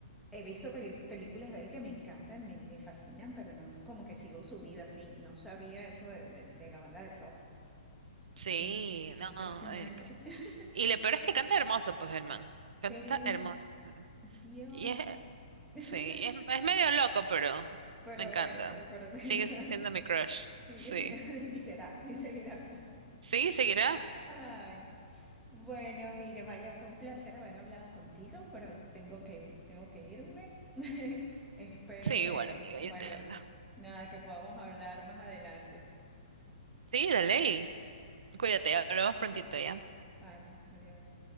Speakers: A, in the centre; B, on the right.
A: he visto peli- películas de él que me encantan, me, me fascinan, pero no es como que sigo su vida así. No sabía eso de, de- de la banda de rock.
B: sí,
A: Qué, qué
B: no.
A: impresionante.
B: eh, c-
A: <laughs>
B: Y lo peor es que canta hermoso, pues, el man. Canta
A: Eh,
B: hermoso.
A: Dios.
B: Y es,
A: <laughs>
B: sí, es, es medio loco, pero
A: Pero
B: me encanta.
A: bueno, pero tenga,
B: Sigue
A: <laughs>
B: siendo mi crush.
A: sigue
B: Sí.
A: siendo, y será, y seguirá.
B: Sí, seguirá.
A: Ay, bueno, mira, María, fue un placer haber hablado contigo, pero tengo que, tengo que irme. <laughs> Espero
B: Sí, igual,
A: que,
B: amiga, yo
A: bueno,
B: entiendo.
A: nada, que podamos hablar más adelante.
B: Sí, dale. y Cuídate, hablamos
A: Ok,
B: prontito ya.
A: vale, adiós.